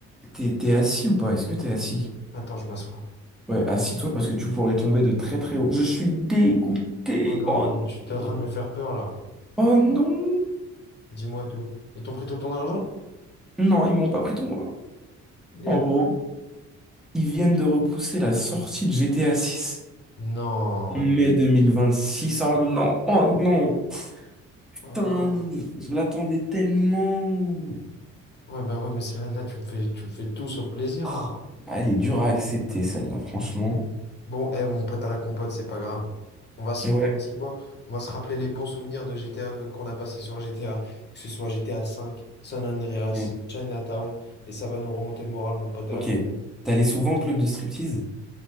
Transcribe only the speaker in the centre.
t'es t'es assis ou pas? Est-ce que t'es assis?
Ouais, assis-toi parce que tu pourrais tomber de très très haut. Je suis dégoûté.
Oh
non!
Oh non!
Non, ils m'ont pas pris tout mon argent.
En
gros, ils viennent de repousser la sortie de GTA 6.
Mai 2026. Oh non! Oh non! Putain!
Je l'attendais tellement!
Ah,
elle est dure à accepter, celle-là, franchement.
Ouais.
Ok.
Ok.
T'allais souvent au club de striptease?